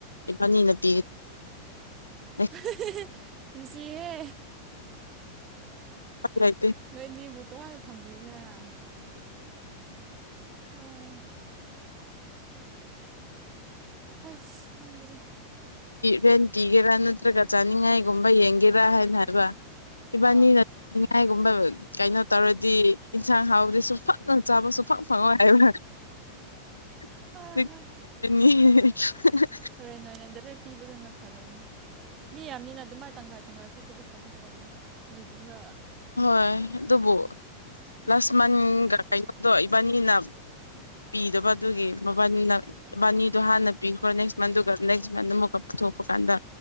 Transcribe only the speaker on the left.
ꯏꯕꯥꯅꯤꯅ ꯄꯤ <unintelligible> <inaudible>
<unintelligible>
ꯔꯦꯟ ꯄꯤꯒꯦꯔꯥ ꯅꯠꯇ꯭ꯔꯒ ꯆꯥꯅꯤꯡꯉꯥꯏꯒꯨꯝꯕ ꯌꯦꯡꯒꯦꯔꯥ ꯍꯥꯏꯅ ꯍꯥꯏꯕ ꯏꯕꯥꯅꯤꯅ
ꯅꯤꯡꯉꯥꯏꯒꯨꯝꯕ ꯀꯩꯅꯣ ꯇꯧꯔꯗꯤ ꯌꯦꯟꯁꯥꯡ ꯍꯥꯎꯕꯗꯤꯁꯨ ꯐꯛꯅ ꯆꯥꯕꯁꯨ ꯐꯛ ꯐꯪꯉꯣꯏ ꯍꯥꯏꯕ꯭ꯔ <unintelligible>
<unintelligible>
ꯍꯣꯏ ꯑꯗꯨꯕꯨ
ꯂꯥꯁ ꯃꯟꯒ ꯀꯩꯅꯣꯗꯣ ꯏꯕꯥꯅꯤꯅ ꯄꯤꯗꯕ ꯑꯗꯨꯒꯤ ꯃꯕꯅꯤꯅ ꯏꯕꯅꯤꯗꯣ ꯍꯥꯟꯅ ꯄꯤꯈ꯭ꯔꯣ ꯅꯦꯛꯁ ꯃꯟꯗꯨꯒ ꯅꯦꯛꯁ ꯃꯟ ꯑꯃꯨꯛꯀ ꯄꯨꯊꯣꯛꯄ ꯀꯥꯟꯗ